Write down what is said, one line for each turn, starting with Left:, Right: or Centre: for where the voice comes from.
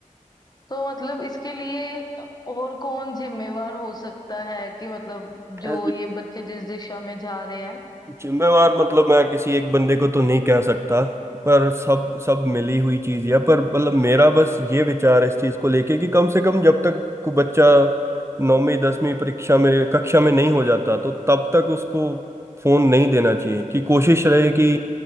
Left: तो मतलब इसके लिए और कौन जिम्मेवार हो सकता है कि मतलब जो
Right: है
Left: ये बच्चे जिस दिशा में जा रहे हैं
Right: जिम्मेवार मतलब मैं किसी एक बंदे को तो नहीं कह सकता पर सब सब मिली हुई चीज है पर मतलब मेरा बस ये विचार है इस चीज को लेके कि कम से कम जब तक को बच्चा नौवीं दसवीं परीक्षा में कक्षा में नहीं हो जाता तो तब तक उसको फोन नहीं देना चाहिए कि कोशिश रहे कि